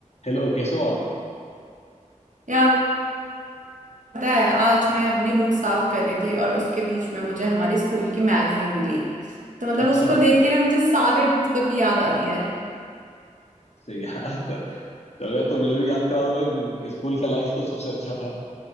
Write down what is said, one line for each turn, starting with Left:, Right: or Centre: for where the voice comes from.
Left: हेलो कैसे हो आप
Right: यार पता है आज मैं अपनी बुक साफ कर रही थी और उसके बीच में मुझे हमारी स्कूल की मैगजीन मिली तो मतलब
Left: अच्छा
Right: उसको देख के ना मुझे सारे दोस्तों की याद आ रही है
Left: सही यार चलो यार तो मुझे भी याद करा दो भाई स्कूल का लाइफ तो सबसे अच्छा था